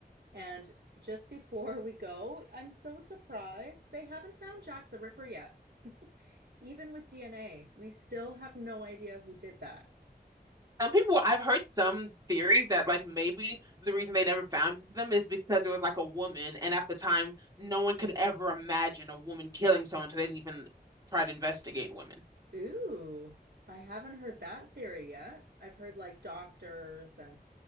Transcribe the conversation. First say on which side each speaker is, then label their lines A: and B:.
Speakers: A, on the right (about 85°); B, on the right (about 20°).
A: And just before <laughs> we go, I'm so surprised they haven't found Jack the Ripper yet. Even with DNA, we still have no idea who did that.
B: Some people, I've heard some theories that like maybe the reason they never found them is because it was like a woman, and at the time, no one could ever imagine a woman killing someone, so they didn't even try to investigate women.
A: Ooh, I haven't heard that theory yet. I've heard like doctors and